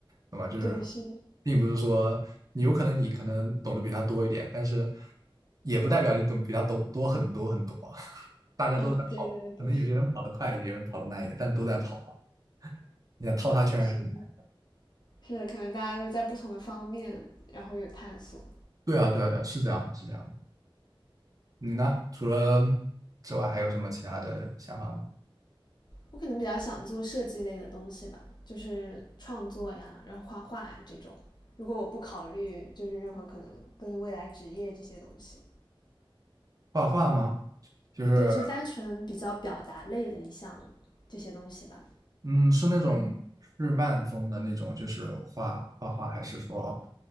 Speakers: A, on the right; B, on the left.
A: 懂吗？就是
B: 对，是的，
A: 并不是说你有可能你可能懂得比他多一点，但是也不代表你懂比他懂多很多很多啊大家都在跑，
B: 嗯，对对对，
A: 可能有些人跑得快一些，有人跑得慢一些，但都在跑啊。你想套他圈还是很难。
B: 是的是的，可能大家就是在不同的方面，然后有探索。
A: 对啊，对啊，对啊，是这样的，是这样的。你呢？除了之外，还有什么其他的想法吗？
B: 我可能比较想做设计类的东西吧，就是创作呀，然后画画呀这种。如果我不考虑就是任何可能跟未来职业这些东西，
A: 画画吗？就是
B: 对，就单纯比较表达类的一项这些东西吧。
A: 嗯，是那种日漫风的那种，就是画画画，还是说